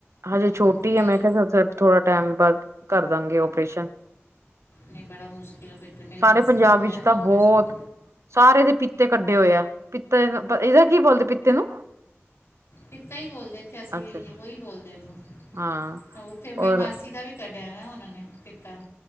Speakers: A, on the right (about 75°); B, on the left (about 70°).
A: ਹਜੇ ਛੋਟੀ
B: ਫਿਰ
A: ਆ ਮੈਂ ਕਿਹਾ ਥੋੜਾ ਟਾਈਮ ਬਾਅਦ ਕਰ ਦਾਂਗੇ ਓਪਰੇਸ਼ਨ
B: ਨਹੀਂ ਬੜਾ ਮੁਸ਼ਕਿਲ ਬੇਟੇ ਮੇਰੀ
A: ਸਾਰੇ
B: ਮਾਸੀ
A: ਪੰਜਾਬ
B: ਦਾ ਹੋਇਆ
A: ਵਿੱਚ
B: ਨਾ।
A: ਤਾਂ
B: ਆਪਰੇਸ਼ਨ
A: ਬਹੁਤ ਸਾਰੇ ਦੇ ਪੀਤੇ ਕੱਢੇ ਹੋਏ ਆ, ਪਿਤੇ ਇਹਦਾ ਕੀ ਬੋਲਦੇ ਪੀਤੇ ਨੂੰ?
B: ਇੱਦਾਂ ਹੀ ਬੋਲਦੇ ਇੱਥੇ ਅਸੀਂ,
A: ਅੱਛਾ ਅੱਛਾ
B: ਉਹੀ ਬੋਲਦੇ ਇਹਨੂੰ
A: ਹਾਂ
B: ਉੱਥੇ ਮੇਰੀ
A: ਔਰ
B: ਮਾਸੀ ਦਾ ਵੀ। ਕੱਢਿਆ ਨਾ ਉਨਾਂ ਨੇ ਪਿਤਾ